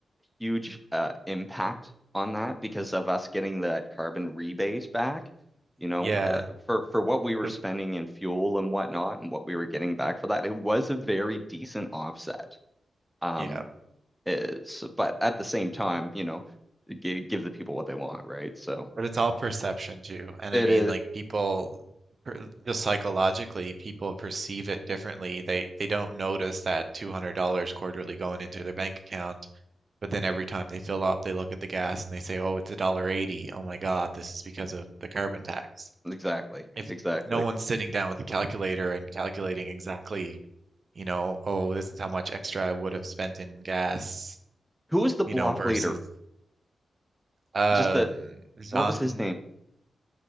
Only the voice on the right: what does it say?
Yeah.
so-
Yeah.
But it's all perception too. And
I mean,
like people per- just psychologically, people perceive it differently. They they don't notice that $200 quarterly going into their bank account, but then every time they fill up, they look at the gas and they say, "Oh, it's a dollar 80. Oh my God, this is because of the carbon tax."
If
no one's sitting down with a calculator and calculating exactly you know, oh, this is how much extra I would have spent in gas,
you know, versus
Um,
Jean-François